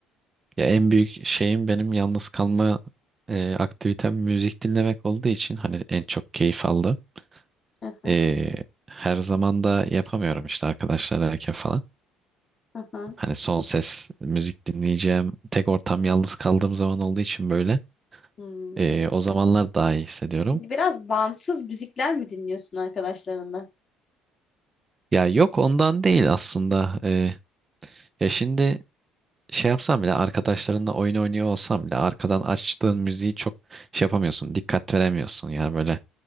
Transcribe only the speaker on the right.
ya en büyük şeyim benim yalnız kalma e, aktivitem müzik dinlemek olduğu için hani en çok keyif aldım.
E, her zaman da yapamıyorum işte arkadaşlarla falan.
Hani son ses müzik dinleyeceğim. Tek ortam yalnız kaldığım zaman olduğu için böyle.
e, o zamanlar daha iyi hissediyorum.
Ya yok ondan değil aslında. E, ya şimdi şey yapsam bile arkadaşlarınla oyun oynuyor olsam bile arkadan açtığın müziği çok şey yapamıyorsun. Dikkat veremiyorsun. Yani böyle